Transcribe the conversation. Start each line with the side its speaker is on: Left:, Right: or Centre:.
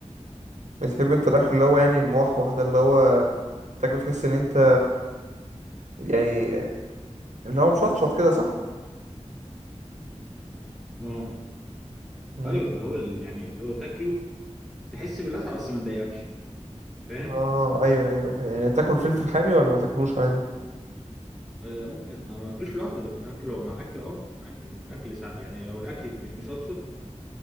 Right: بتحب انت الاكل اللي هو يعني الموحوح ده اللي هو تاكله تحس ان انت يعني اللي هو مشطشط كده صح
Centre: اه
Right: امم
Centre: ايوه اللي هو ال- يعني اللي هو تاكله تحس باللسعه بس ما تضايقكش فاهم
Right: اه ايوه ايوه ف- يعني تاكل فلفل حامي ولا ما تاكلوش عادي
Centre: آه ممكن ما ما اكلوش لوحده لكن اكله لو مع اكل اه عادي يعني الاكل ساعة يعني لو الاكل مش مشطشط